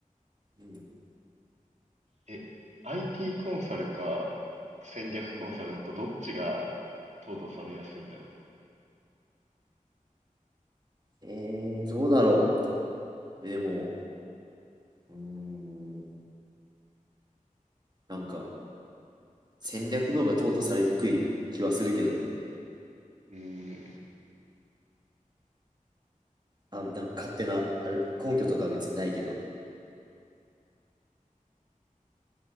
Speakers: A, on the right; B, on the right.
A: うん。
B: え、IT コンサルか戦略コンサルだとどっちが
A: うん、
B: 淘汰されやすいんだろ
A: えー、どうだろう。でも、うーん、なんか戦略の方が淘汰されにくい気はするけどね。
B: う。うーん、
A: あ、なんか勝手な、あれ、根拠とかは別にないけど。